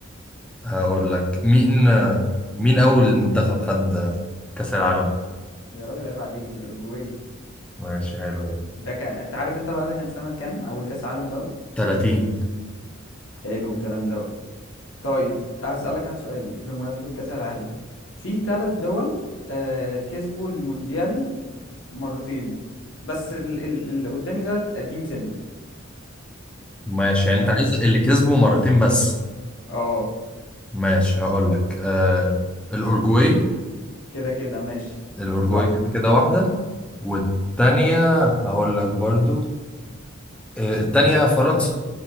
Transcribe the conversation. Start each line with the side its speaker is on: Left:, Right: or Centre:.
Centre: هقول لك مين آه. مين اول منتخب خد آه، كأس العالم
Left: يا راجل عيب عليك الأورجواي
Centre: ماشي حلو أوي.
Left: ده كان انت عارف انت بقى ده كان سنة كام اول كأس عالم دوت
Centre: 30
Left: حلو الكلام دوت طيب هسألك انا سؤال بمناسبة كأس العالم في ثلاث دول آه كسبوا المونديال مرتين بس ال- ال- اللي قدامي دوت قديم سنة
Centre: ماشي يعني
Left: يعني
Centre: انت عايز اللي كسبه مرتين بس
Left: اه
Centre: ماشي هقول لك آه الأورجواي
Left: كده كده ماشي
Centre: الأورجواي
Left: صح
Centre: كده كده واحدة والتانية هقول لك برضو آه التانية فرنسا